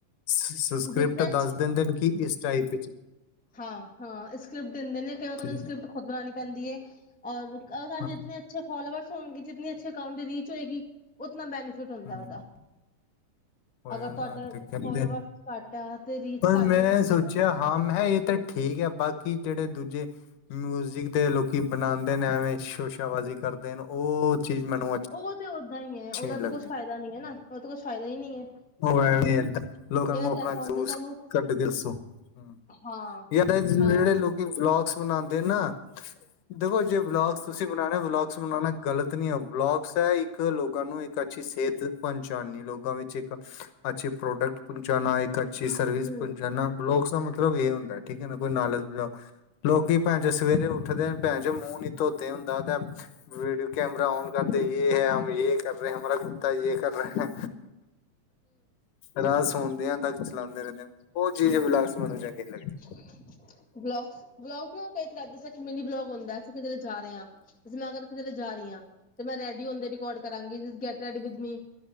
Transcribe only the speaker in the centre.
ਜਿਤਨੇ
ਹਾਂ, ਹਾਂ ਸਕ੍ਰਿਪਟ ਦਿੰਦੇ ਨੇ ਕਈ ਤੁਹਾਨੂੰ
ਸਕ੍ਰਿਪਟ ਖੁਦ ਬਣਾਣੀ ਪੈਂਦੀ ਹੈ ਔਰ। ਅ ਸਰ
ਜੇ ਅੱਛੇ ਫੋਲੋਵਰ ਹੋਣਗੇ ਜਿੰਨੀ ਅੱਛੇ ਅਕਾਊਂਟ ਰੀਚ ਹੋਏਗੀ। ਕਿਤਨਾ ਬੈਨੀਫਿਟ ਹੁੰਦਾ
ਉਹਦਾ
ਅਗਰ
ਤੁਹਾਡਾ
ਫੋਲੋਵਰਸ ਘੱਟ ਆ ਤੇ ਰੀਚ
ਘੱਟ
ਹੋਏਗੀ
ਤੇ
ਉਹ ਤੇ ਓਦਾਂ ਹੀ ਹੈ,
ਉਹਦਾ
ਤਾਂ
ਕੁਛ ਫਾਇਦਾ ਨੀ ਹੈ ਨਾ ਉਹ ਤਾਂ ਕੁਛ ਫਾਇਦਾ ਹੀ ਨਹੀਂ। ਹੈ
ਇਹਨਾਂ
ਚ
ਐਸਾ
ਹੁੰਦਾ ਤੁਹਾਨੂੰ
ਹਾਂ-ਹਾਂ
ਹੂੰ-ਹੂੰ-ਹੂੰ-ਹੂੰ-ਹੂੰ
ਬਲੋਕਸ ਬਲੋਗਸ ਨਾ <unintelligible> ਮਿਨੀ ਬਲੋਗ ਹੁੰਦਾ ਸੀ ਕਿਤੇ ਜਾ ਰਿਹਾ। ਜ ਮੈਂ ਅਰ ਕਿ ਜਾ ਰਹੀ ਹਾਂ ਤੇ ਮੈਂ ਰੈਡੀਓ ਰਿਕਾਰਡ ਕਰਾਂਗੀ, ਜਿਸ ਗੈਟ ਰੈਡੀ ਵਿਦ ਮੀ